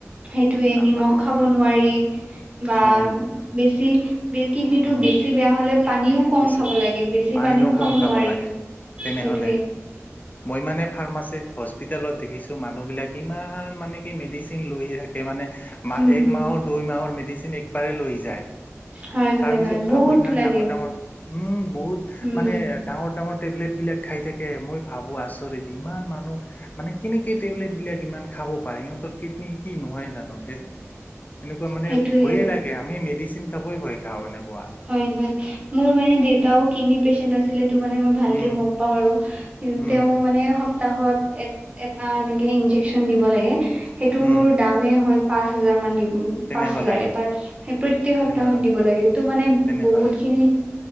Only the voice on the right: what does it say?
সেইটোয়ে
নিমখ
খাব
নোৱাৰি বা
বেছি। কিডনীটো
বেছি বেয়া হ'লে পানীও। কম
খাব লাগে বেছি
নোৱাৰি
সেইটোয়ে
উম
হম
হয় হয়
হয়
বহুত
লাগে
উম
সেইটোয়ে
হয় হয় মোৰ মানে দেউতাও কিডনী পেচন্ট আছিলতো মানে ভালকে
গম পাওঁ আৰু
তেওঁ মানে। সপ্তাহত এ এটা এনেকে ইন্জেকচন দিব লাগে। সেইটোৰ
দামেই হয় পাঁচ হাজাৰ মান দিব
পাঁচ হাজাৰ এটা সেই প্ৰত্যেয়েক সপ্তাহত
দিব লাগে এইটো মানে
বহুত খিনি